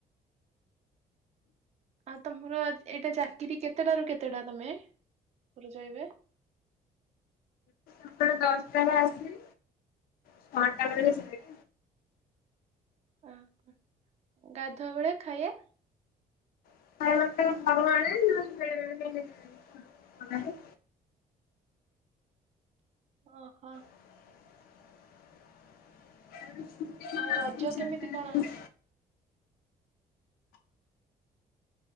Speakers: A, on the right; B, on the left.
A: ଆଉ ତମର ଏଇଟା ଚାକିରି କେତେଟା ରୁ କେତେଟା ତମେ ପୁରଚାଇବେ।
B: ଆପଣ ଦଶଟାରେ ଆସିବି ଛଅଟା ବେଳେ ଯାଏ।
A: ଓ ଗାଧୁଆ ବେଳେ ଖାଇବା
B: <unintelligible> ବନାଏ।
A: ଓହୋ।
B: <inaudible>
A: ଆଉ ରଜ
B: ଚାରିଟା
A: କେମିତି
B: ବେଳେ
A: କଣ